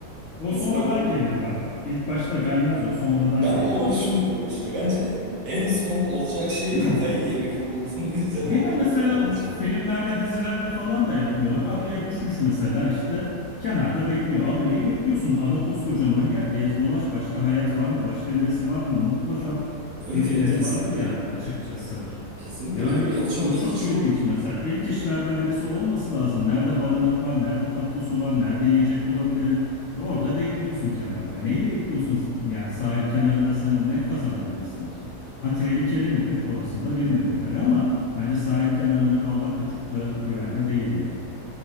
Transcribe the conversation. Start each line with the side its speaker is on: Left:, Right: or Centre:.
Left: O
Right: Mesela
Left: sonradan
Right: bu
Left: gelir bak. İlk başta gelmez o sonradan
Right: ben
Left: gelir
Right: onu
Left: yani.
Right: düşünmüyorum işte. Bence en son olacak şey
Left: <clears throat>
Right: kafayı yemek olduğum <laughs> üzere
Left: Bir
Right: olduğumuz
Left: de mesela
Right: dönem olacak.
Left: filmlerde, dizilerde falan da yapmıyorlar. Adaya düşmüş mesela işte kenarda bekliyor. Abi neyi bekliyorsun? Ada koskocaman yer. Gez dolaş. Başka hayat var mı? Başka birisi var mı? Mutlaka
Right: Evet
Left: birileri
Right: evet kesinlikle.
Left: vardır yani açıkçası.
Right: Kesinlikle
Left: Yani
Right: benim de yapacağım
Left: o
Right: ilk
Left: çok
Right: iş
Left: ilginç
Right: o.
Left: mesela. İlk işlerden birisi olması lazım. Nerede barınak var, nerede tatlı su var, nerede yiyecek bulabilirim. E orada bekliyorsun kenarda. E Neyi bekliyorsun? Yani sahil kenarında sen ne kazanabilirsin ki? Ha tehlikeli midir? Orasını da bilmiyorum tabii ama bence sahil kenarında kalmak da çok da güvenli değil yani.